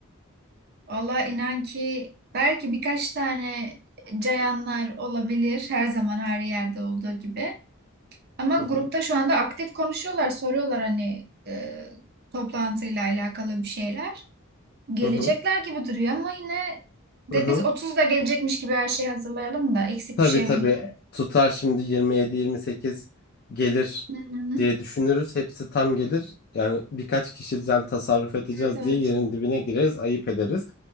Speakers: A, on the right; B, on the left.
A: Valla inan ki belki birkaç tane cayanlar olabilir her zaman her yerde olduğu gibi. Ama
B: Hı
A: grupta
B: hı.
A: şu anda aktif konuşuyorlar, soruyorlar hani e, toplantıyla alakalı bir şeyler. Gelecekler
B: Hı hı.
A: gibi duruyor ama yine de
B: Hı hı.
A: biz 30'da gelecekmiş gibi her şeyi hazırlayalım da eksik
B: Tabii
A: bir şeyimiz
B: tabii
A: var.
B: tutar şimdi 27-28 gelir
A: Hı hı.
B: diye düşünürüz. Hepsi tam gelir. Yani birkaç kişiden tasarruf edeceğiz
A: Evet evet.
B: diye yerin dibine gireriz, ayıp ederiz.